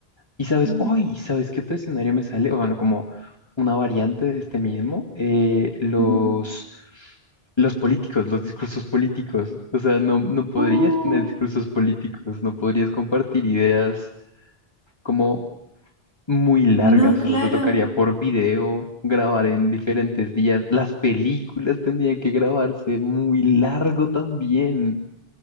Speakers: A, on the left; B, on the right.
A: Y sabes,
B: Ujú,
A: hoy, ¿sabes qué otro escenario me sale? O Bueno, como una variante de este mismo, eh, los,
B: ujú.
A: los políticos, los discursos políticos. O sea, no, no podrías
B: Uf,
A: tener discursos políticos, no podrías compartir ideas como muy largas.
B: no, claro.
A: O sea, te tocaría por video grabar en diferentes días. Las películas tendrían que grabarse muy largo también.